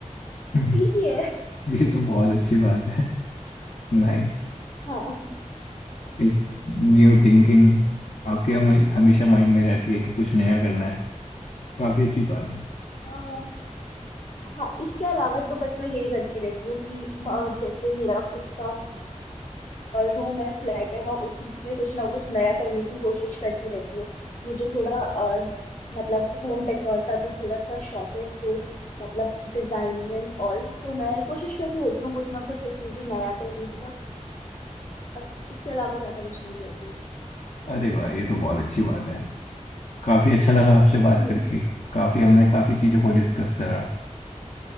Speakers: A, on the left; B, on the left.
A: हूँ
B: ठीक
A: <laughs>
B: ही है
A: ये तो बहुत अच्छी बात है नाइस
B: हाँ
A: एक न्यू थिंकिंग आपके हमें हमेशा माइंड में रहती है कि कुछ नया करना है काफी अच्छी बात है
B: हाँ हाँ इसके अलावा तो बस मैं यही करती रहती हूँ कि अ, जैसे मेरा खुद का रूम है फ्लैट है मैं उसी में कुछ ना कुछ नया करने की कोशिश करती रहती हूँ मुझे थोड़ा अ, मतलब होम डेकोर का भी थोड़ा सा शौक है तो मतलब डिजाइनिंग एंड ऑल तो मैं कोशिश करती रहती हूँ कुछ ना कुछ उसमें भी नया करने का बस इसके अलावा ज्यादा कुछ नहीं करती हूँ
A: अरे वाह ये तो बहुत अच्छी बात है काफी अच्छा लगा आपसे बात
B: हम्म
A: करके काफी हमने काफी चीजों को डिस्कस करा